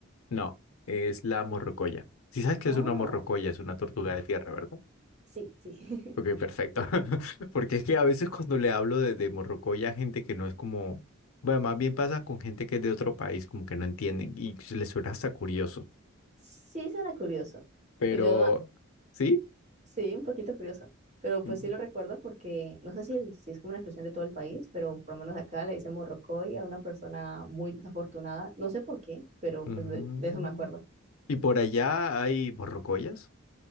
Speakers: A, on the left (about 90°); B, on the right (about 30°).
A: No, es la morrocoya. Si sabes que
B: Ah,
A: es una morrocoya, es una tortuga de tierra, ¿verdad?
B: sí, sí. <laughs>
A: Ok, perfecto. <laughs> Porque es que a veces cuando le hablo de, de Morrocoy a gente que no es como, bueno, más bien pasa con gente que es de otro país, como que no entienden y se les suena hasta curioso.
B: Sí suena curioso.
A: Pero,
B: Pues yo, ah,
A: ¿sí?
B: sí, un poquito curioso. Pero pues
A: Mm,
B: sí lo recuerdo porque no sé si, si es como una expresión de todo el país, pero por lo menos acá le dicen morrocoy a una persona muy desafortunada. No sé por qué, pero
A: mm.
B: pues de, de eso me acuerdo.
A: ¿Y por allá hay morrocoyas?